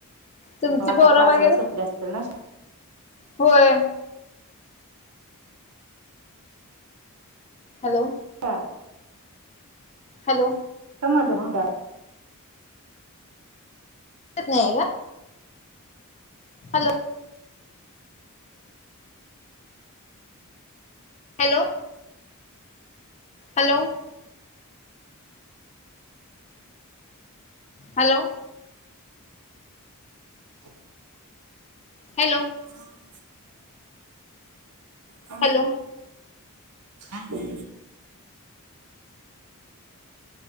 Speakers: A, on the left; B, on the right.
A: तुमची
B: हो आता
A: पोरं
B: पाच
A: वगैरे
B: ला सुटले असतील ना
A: होय. हॅलो.
B: हा.
A: हॅलो.
B: समजता <unintelligible>
A: तेच नाही आहे का. Hello. Hello. Hello.. ! Hello.
B: <inaudible>
A: Hello.
B: हम. हम.
A: हॅलो
B: हम ह.